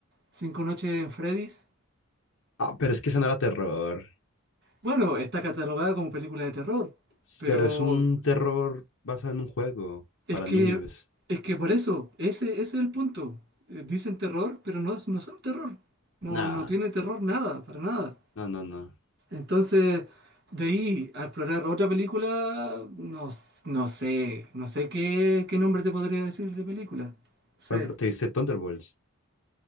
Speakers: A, on the right (about 50°); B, on the left (about 70°).
A: Cinco noches en Freddy's.
B: Ah, pero es que esa no era terror.
A: Bueno, está catalogada como película de terror,
B: S-
A: pero
B: Pero es un terror basado en un juego
A: Es
B: para
A: que,
B: niños.
A: es que por eso, ese, ese es el punto. Eh, Dicen terror, pero no, es- no son terror. No,
B: Nah,
A: no tiene terror nada, para nada.
B: no, no, no.
A: Entonces, de ahí a explorar otra película, no, s- no sé, no sé qué, qué nombre te podría decir de película. sí
B: Por ejemplo, ¿te viste Thunderbolts?